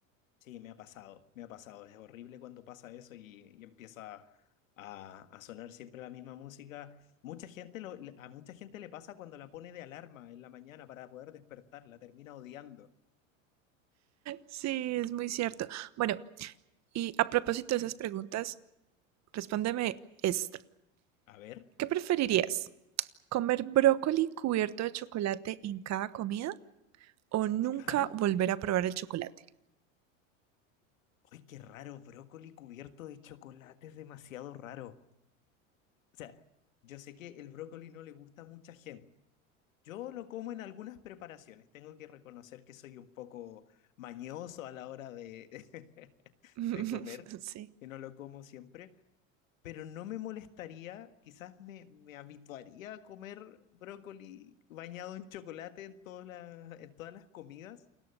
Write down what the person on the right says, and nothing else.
Sí, es muy cierto. Bueno, y a propósito de esas preguntas, respóndeme esta.
¿Qué preferirías? ¿Comer brócoli cubierto de chocolate en cada comida O nunca
volver a probar el chocolate.
<laughs>
Sí,